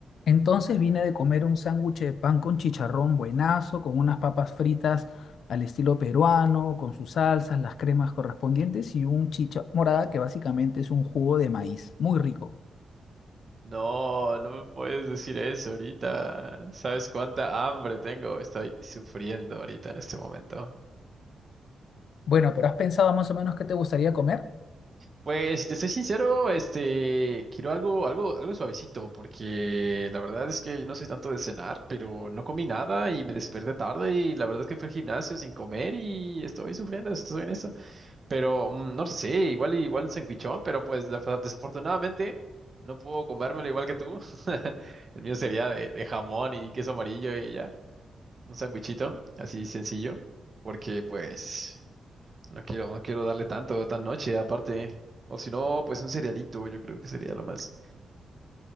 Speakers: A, on the left; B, on the right.
A: Entonces vine de comer un sándwich de pan con chicharrón buenazo, con unas papas fritas al estilo peruano, con sus salsas, las cremas correspondientes y un chicha morada que básicamente es un jugo de maíz, muy rico.
B: No, no me puedes decir eso ahorita. ¿Sabes cuánta hambre tengo? Estoy sufriendo ahorita en este momento.
A: Bueno, pero ¿has pensado más o menos qué te gustaría comer?
B: Pues, si te soy sincero, este, quiero algo, algo, algo suavecito, porque la verdad es que no soy tanto de cenar, pero no comí nada y me desperté tarde y la verdad es que fui al gimnasio sin comer y estoy sufriendo, estoy en eso. Pero mm, no lo sé, igual, igual un sandwichón, pero pues defa- desafortunadamente no puedo comérmelo igual que tú. <laughs> El mío sería de, de jamón y queso amarillo y ya. un sandwichito, así sencillo, porque pues no quiero, no quiero darle tanto, tan noche aparte. O si no, pues un cerealito, yo creo que sería lo más,